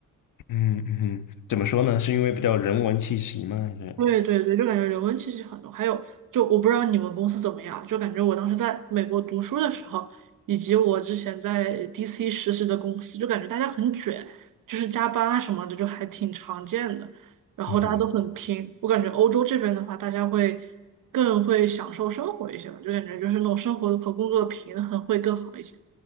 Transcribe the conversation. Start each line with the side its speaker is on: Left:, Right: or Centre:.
Left: 嗯嗯哼，怎么说呢？是因为比较人文气息吗？还是？
Right: 对对对，就感觉人文气息很浓。还有，就我不知道你们公司怎么样，就感觉我当时在美国读书的时候，以及我之前在 DC 实习的公司，就感觉大家很卷，就是加班啊什么的，就还挺常见的。然后大家都很拼，
Left: 嗯哼，
Right: 我感觉欧洲这边的话，大家会更会享受生活一些吧，就感觉就是那种生活和工作的平衡会更好一些。